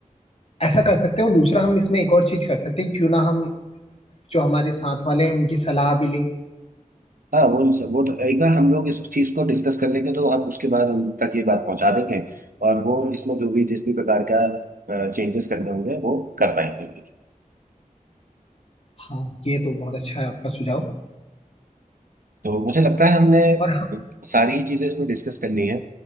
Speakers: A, on the left; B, on the right.
A: ऐसा कर सकते हैं और दूसरा हम इसमें एक और चीज कर सकते हैं क्यों ना हम जो हमारे साथ वाले हैं उनकी सलाह भी लें
B: हाँ वो वो तो एक बार हम लोग इस चीज़ को डिस्कस कर लेंगे तो हम उसके बाद उन तक ये बात पहुंचा देंगे और वो इसमें जो भी जिस भी प्रकार का चेंजेस करने होंगे वो कर पाएंगे
A: हाँ ये तो बहुत अच्छा है आपका सुझाव
B: तो मुझे लगता है हमने
A: और हाँ
B: सारी ही चीजें इसमें डिस्कस कर ली हैं